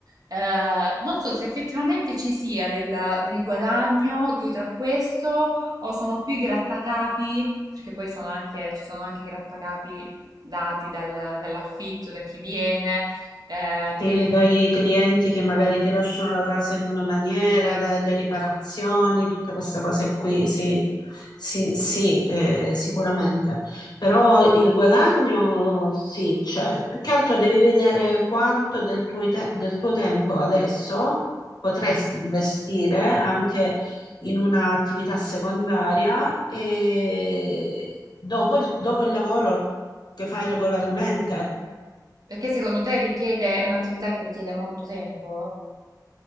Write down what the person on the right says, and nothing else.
Eh, non so se effettivamente ci sia del, del guadagno dietro a questo o sono più i grattacapi, perché poi sono anche, ci sono anche i grattacapi dati dal- dall'affitto, da chi viene, eh,
più che...
Mm. Perché secondo te richiede, è un'attività che richiede molto tempo?